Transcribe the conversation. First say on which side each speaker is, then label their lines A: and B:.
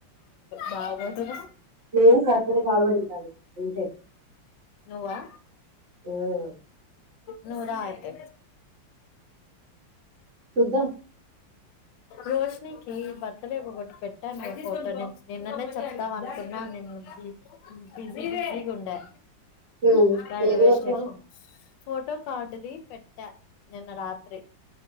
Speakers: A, on the left; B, on the right.
A: బాగోతదో
B: <unintelligible> ఉంటే
A: నువ్వా
B: ఉమ్
A: నువ్వు రా అయితే
B: చూద్దాం
A: రోషనీకి బర్త్డే ఒకటి పెట్టాను ఒక నిన్ననే చేద్దాం అనుకున్నా న ని బి బిజీగుండె
B: ఉమ్
A: రైల్వే
B: ఏది పెట్టినా
A: స్టేషన్ ఫోటో కార్డుది పెట్ట నిన్న రాత్రి